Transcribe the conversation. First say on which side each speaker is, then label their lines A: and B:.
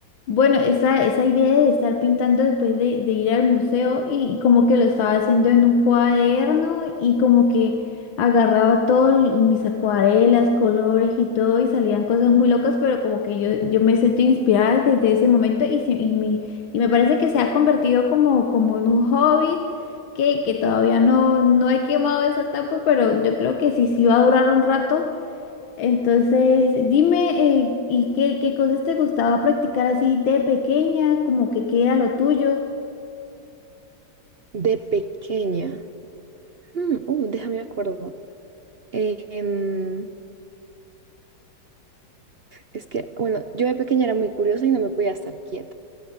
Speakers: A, on the left; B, on the right.
A: bueno, esa, esa idea de estar pintando después de, de ir al museo y como que lo estaba haciendo en un cuaderno y como que agarraba todas mis acuarelas, colores y todo y salían cosas muy locas, pero como que yo, yo me sentí inspirada desde ese momento y, se- y, me y me parece que se ha convertido como, como en un hobby. Que, que todavía no, no he quemado esa etapa, pero yo creo que sí, sí va a durar un rato entonces, dime, eh, ¿y qué, qué cosas te gustaba practicar así de pequeña? Como que qué era lo tuyo.
B: De pequeña, hmm, uh, déjame me acuerdo. em, Es que, bueno, yo de pequeña era muy curiosa y no me podía estar quieta.